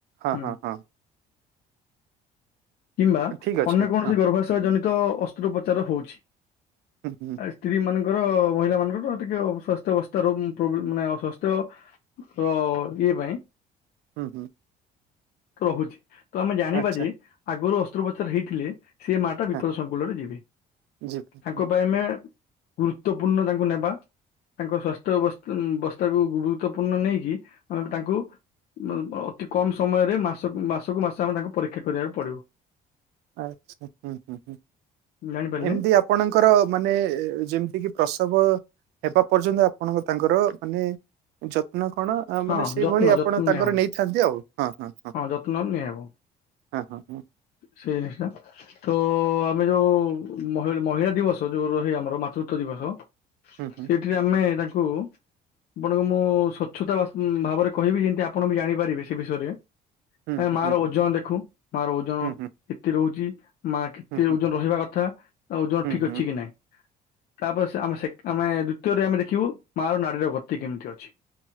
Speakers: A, on the right; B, on the left.
A: ହଁ
B: ହୁଁ
A: ହଁ ହଁ।
B: କିମ୍ବା
A: ଠିକ ଅଛି
B: ଅନ୍ୟ କୌଣସି
A: ହଁ
B: ଗର୍ଭାଶୟ ଜନିତ ଅସ୍ତ୍ରୋପଚାର ହଉଛି।
A: ହୁଁ ହୁଁ।
B: ସ୍ତ୍ରୀ ମାନଙ୍କର ମହିଳା ମାନଙ୍କର ଟିକେ ଅ ସ୍ୱାସ୍ଥ୍ୟ ଅବସ୍ଥାରବ୍ଲେ ମାନେ ଅସ୍ୱାସ୍ଥ୍ୟ ହ ଇଏ ପାଇଁ
A: ହୁଁ ହୁଁ।
B: ରହୁଛି ତ ଆମେ ଜାଣିବା
A: ଆଚ୍ଛା
B: ଯେ ଆଗରୁ ଅସ୍ତ୍ରୋପଚାର ହେଇଥିଲେ ସିଏ ମାଟା ବିପଦ
A: ହଁ
B: ସଂକୁଳରେ ଯିବେ।
A: ଯିବି।
B: ତାଙ୍କ ପାଇଁ ଆମେ ଗୁରୁତ୍ୱପୂର୍ଣ୍ଣ ତାଙ୍କୁ ନେବା ତାଙ୍କ ସଵାସ୍ଥ୍ୟସ୍ ଅବସ୍ଥାକୁ ଗୁରୁତ୍ୱପୂର୍ଣ୍ଣ ନେଇକି ଆମେ ତାଙ୍କୁ ଅତି କମ୍ ସମୟରେ ମାସକୁ ମାସକୁ ମାସ ଆମେ ତାଙ୍କୁ ପରୀକ୍ଷା କରିବାକୁ ପଡ଼ିବ।
A: ଆଚ୍ଛା ହୁଁ ହୁଁ ହୁଁ
B: ଜାଣିପାରିଲେ
A: ଏମିତି ଆପ ଆପଣଙ୍କର ମାନେ ଯେମିତି କିି ପ୍ରସବ ହେବା ପର୍ଯ୍ୟନ୍ତ ଆପଣଙ୍କୁ ତାଙ୍କର ମାନେ ଯତ୍ନ କଣ ଆ ମାନେ
B: ହଁ
A: ସେଇଭଳି
B: ଯତ୍ନ
A: ଆପଣ
B: ଯତ୍ନ
A: ତାଙ୍କର
B: ନିଆହବ
A: ନେଇଥାନ୍ତି ଆଉ ହଁ ହଁ।
B: ହଁ ଯତ୍ନ ନିଆ ହବ।
A: ହଁ ହଁ ହଁ।
B: ସେଏସା ତ ଆମେ ଯୋଉ ମହିଳ୍ ମହିଳା ଦିବସ ଯୋଉ ରହେ ଆମର ମାତୃତ୍ୱ ଦିବସ
A: ହୁଁ ହୁଁ।
B: ସେଇଠିରେ ଆମେ ତାଙ୍କୁ ବନେକଅ ମୁଁ ସ୍ୱଚ୍ଛତା ଭାଷ୍ ଉଁ ଭାବରେ କହିବି ଯେନ୍ତି ଆପଣ ବି ଜାଣିପାରିବେ ସେ ବିଷୟରେ।
A: ହୁଁ
B: ଆ ଏ
A: ହୁଁ
B: ମାର
A: ହୁଁ
B: ଓଜନ ଦେଖୁ ମାର ଓଜନ
A: ହୁଁ ହୁଁ ହୁଁ
B: କେତେ ରହୁଚି। ମା କେତେ
A: ହୁଁ ହୁଁ
B: ଓଜନ ରହିବା କଥା ତା ଓଜ
A: ହୁଁ
B: ଠିକ୍
A: ହୁଁ
B: ଅଛି କି ନାଇଁ। ତାପରେ ସେ ଆମେ ସେକ୍ ଆମେ ଦୁତୀୟରେ ଆମେ ଦେଖିବୁ ମାର ନାଡିର ଗତି କେମିତି ଅଛି।